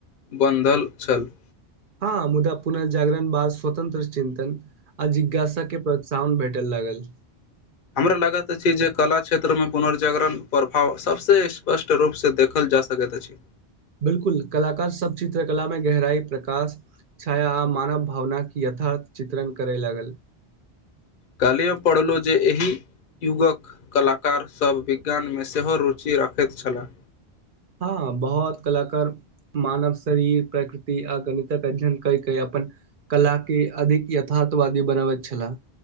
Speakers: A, on the left; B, on the right.
A: बन्धल छल
B: हँ मुदा पुनर्जागरण बाद स्वतंत्र चिन्तन आ जिज्ञासा के प्रोत्साहन भेटल लग ट्वेल
A: हमरा लगैत अछि जे कला क्षेत्रमे पुनर्जागरण प्रभाव सभस स्पष्ट रूपसँ देखल जा सकैत अछि
B: बिलकुल कलाकार सब चित्रकलामे गहराइ प्रकाश छाया आ मानव भावनाक यथा चित्रण करय लागल
A: कालियेअ पढ़लहुं जे एहि युगक कलाकारसभ विज्ञानमे सेहो रुचि राखैत छलाह
B: हँ बहुत कलाकार मानव शरीर प्रकृति आ गणित के अध्ययन कय कै अपन कला के अधिक यथार्थवादी बनाबैत छला